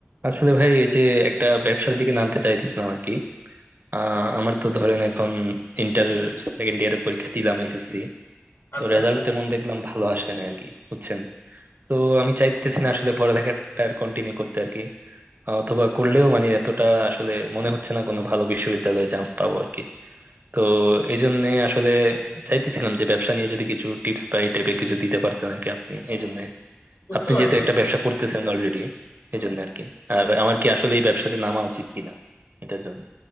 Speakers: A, on the right (about 45°); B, on the left (about 80°).
A: আসলে ভাই এই যে একটা ব্যবসার দিকে নামতে চাইতেছিলাম আর কি আহ আমার তো ধরেন এখন ইন্টার সেকেন্ড ইয়ারের পরীক্ষা দিলাম এসএসসি
B: আচ্ছা
A: তো রেজাল্ট
B: আচ্ছা
A: তেমন দেখলাম ভালো আসে না আর কি বুঝছেন তো আমি চাইতেছি না আসলে পড়ালেখাটা আর কন্টিনিউ করতে আর কি অথবা করলেও মানে এতটা আসলে মনে হচ্ছে না কোনো ভালো বিশ্ববিদ্যালয়ে চান্স পাবো আর কি তো এই জন্য আসলে চাইতেছিলাম যে ব্যবসা নিয়ে যদি কিছু টিপস বা এই টাইপের কিছু দিতে পারতেন আর কি আপনি এই জন্য
B: বুঝতে
A: আপনি
B: পারছি
A: যেহেতু একটা ব্যবসা করতেছেন অলরেডি এই জন্য আর কি আর আমার কি আসলে এই ব্যবসাতে নামা উচিত কিনা এটার জন্য